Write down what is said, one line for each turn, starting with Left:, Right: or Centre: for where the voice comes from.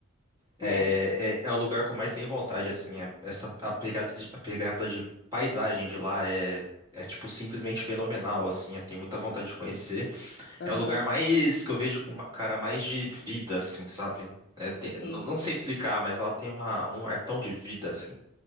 Right: é,
Left: É,
Right: é, é o lugar que eu mais tenho vontade, assim. é- essa, a pegada de, a pegada de paisagem de lá é, é, tipo, simplesmente fenomenal, assim. Eu tenho muita vontade de conhecer.
Left: aham,
Right: É o lugar mais que eu vejo com, uma- cara, mais de vida, assim, sabe? É, tem-
Left: Sim.
Right: não não sei explicar, mas ela tem uma, um ar tão de vida, assim.